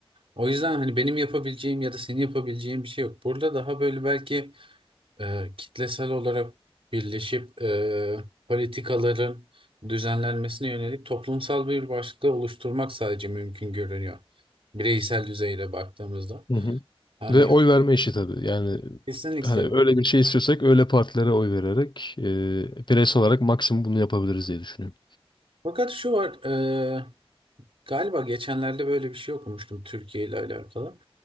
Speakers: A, on the right (about 65°); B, on the left (about 50°).
A: O yüzden hani benim yapabileceğim ya da senin yapabileceğin bir şey yok. Burada daha böyle belki e, kitlesel olarak birleşip e, politikaların düzenlenmesine yönelik toplumsal bir başlık oluşturmak sadece mümkün görünüyor. Bireysel düzeyde baktığımızda.
B: Hı hı.
A: Yani
B: Ve oy verme işi tabii. Yani
A: kesinlikle.
B: hani öyle bir şey istiyorsak öyle partilere oy vererek e, bireysel olarak maksimum bunu yapabiliriz diye düşünüyorum.
A: Fakat şu var, e, galiba geçenlerde böyle bir şey okumuştum Türkiye ile alakalı.